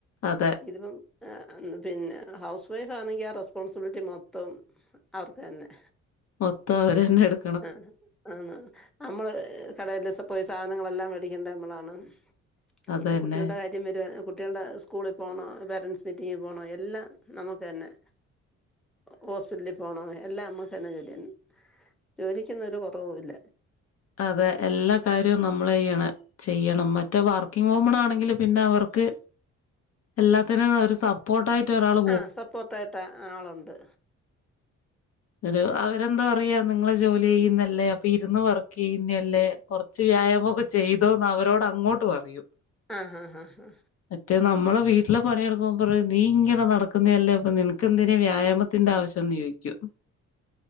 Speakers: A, on the left; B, in the centre.
A: അതെ
B: ഇതിപ്പം പിന്നെ ഹൗസ് വൈഫ് ആണെങ്കിൽ ആ റെസ്പോൺസിബിലിറ്റി മൊത്തം അവർക്കെന്നെ
A: മൊത്തം അവരെന്നെ എടു
B: ആഹ് ആണ് നമ്മള് കടേല് പോയി സാധനങ്ങളെല്ലാം മേടിക്കേണ്ട നമ്മളാണ്
A: അതന്നെ
B: പിന്നെ കുട്ടികളുടെ കാ <unintelligible> കുട്ടികളുടെ സ്കൂളിൽ പോണം പേരൻസ് മീറ്റിംഗിൽ പോണം എല്ലാം നമുക്ക് തന്നെ. ഹോസ്പിറ്റലിൽ പോണം എല്ലാം നമ്മക്കെന്നെ ജോലിയാണ് ജോലിക്കൊന്നും ഒരു കുറവൂല്ല.
A: അതെ എല്ലാ കാര്യവും നമ്മളയ്യണ ചെയ്യണം മറ്റേ വർക്കിങ് വുമൺ ആണെങ്കില് പിന്നെ അവർക്ക് എല്ലാത്തിനും ഒരു സ പോട്ടായിട്ട് ഒരാള്
B: ആഹ് സപ്പോർട്ടായിട്ട് ആളുണ്ട്.
A: ഒരു അവരെന്താ പറയാ നിങ്ങള് ജോലി ചെയ്യുന്നല്ലേ അപ്പൊ ഇരുന്ന് വർക്ക് ചെയ്യുന്ന്യല്ലേ കൊർച്ച് വ്യായാമൊക്കെ ചെയ്തോന്ന് അവരോട് അങ്ങോട്ട് പറയും.
B: ആഹ് ആഹ് ആഹ് ആഹ്
A: മറ്റേ നമ്മള് വീട്ടില് പണിയെടുക്കുമ്പ പറിം നീ ഇങ്ങനെ നടക്കുന്ന്യെല്ലേ അപ്പൊ നിനക്കെന്തിന് വ്യായാമ ത്തിന്റെ ആവശ്യന്ന് ചോയ്ക്ക്യും